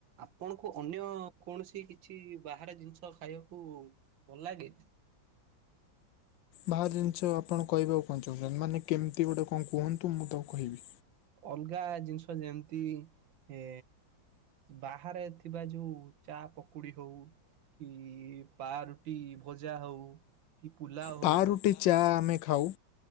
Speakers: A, on the right; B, on the left.
A: ଆପଣଙ୍କୁ ଅନ୍ୟ କୌଣସି କିଛି ବାହାରେ ଜିନିଷ ଖାଇବାକୁ ଭଲ ଲାଗେ। <unintelligible>
B: ବାହାର ଜିନିଷ ଆପଣ କହିବାକୁ କଣ ଚାହୁଁଛନ୍ତି ମାନେ କେମିତି ଗୋଟେ କଣ କୁହନ୍ତୁ ମୁଁ ତାକୁ କହିବି।
A: ଅଲଗା ଜିନିଷ ଯେମିତି ଏ ବାହାରେ ଥିବା ଯୋଉ ଚା ପକୁଡି ହଉ। କି ପାରୁଟି ଭଜା ହଉ। କି ପୁଲାଉ ହଉ
B: ପାରୁଟି ଚା ଆମେ ଖାଉ